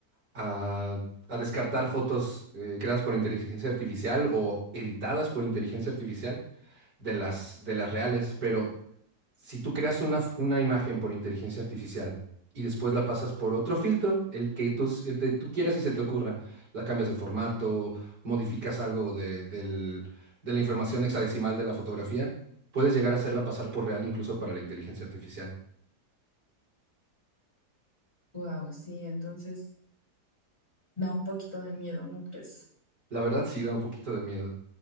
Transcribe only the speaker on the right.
a, a descartar fotos eh, creadas por inteligencia artificial o editadas por inteligencia artificial de las, de las reales. Pero si tú creas una, una imagen por inteligencia artificial y después la pasas por otro filtro, el que tú, el que tú quieras y se te ocurra, la cambias de formato, modificas algo de, del- de la información hexadecimal de la fotografía, puedes llegar a hacerla pasar por real incluso para la inteligencia artificial.
La verdad sí da un poquito de miedo.